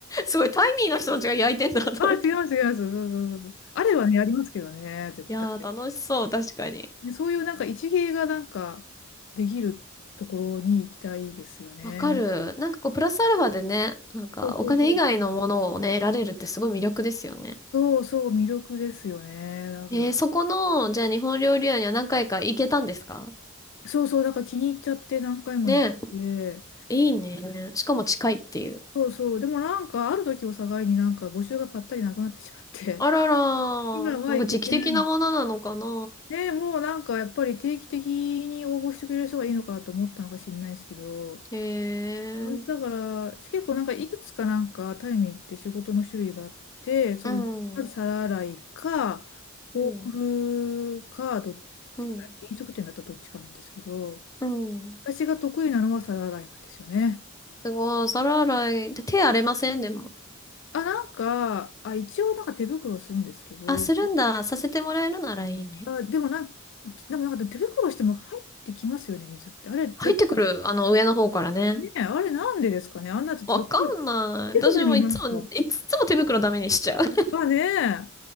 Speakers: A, on the left; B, on the left.
A: すごい、タイミーの人たちが焼いてんだと思って。
B: ああ、違います、違います。そうそうそう。あれはね、ありますけどね、絶対。
A: いやー、楽しそう、確かに。
B: でそういうなんか一芸がなんかできるところに行きたいですよね。
A: わかる。なんかこう、プラスアルファでね、なんかお金以外のものをね、
B: そうそうそうそう。
A: 得られるってすごい魅力ですよね。
B: そうそう、魅力ですよね。だから。
A: えー、そこの、じゃあ日本料理屋には何回か行けたんですか
B: そうそう、だから気に入っちゃって何回も行って。
A: ね、いいね。しかも近いっていう。
B: そうそう。でもなんかある時を境になんか募集がぱったりなくなってしまって。
A: あららー、
B: 今は行けてない。
A: なんか時期的なものなのかな
B: ね、もうなんかやっぱり定期的に応募してくれる人がいいのかなと思ったのか知んないですけど、
A: へえ。
B: 私だから結構なんかいくつかなんかタイミーって仕事の種類があって、そのまず皿洗いか、
A: うん。
B: ホールか、
A: うん。
B: どっちか、
A: うん
B: 飲食店だったらどっちかなんですけど、
A: うん。
B: 私が得意なのは皿洗いなんですよね。
A: すごい、皿洗い。で手荒れませんでも。
B: あ、なんか、あ、一応なんか手袋するんですけど、
A: あ、するんだ。させてもらえるならいいね。
B: あ、でもなん、でもなんか手袋しても入ってきますよね、水って。あれ、
A: 入ってくる、
B: やった
A: あの、上の方からね。
B: ねえ、あれなんでですかねあんなちょっとすごい
A: わかんない。
B: 手首のなんか、
A: 私もいつも、いつも手袋ダメにしちゃう。<laughs>
B: がねえ、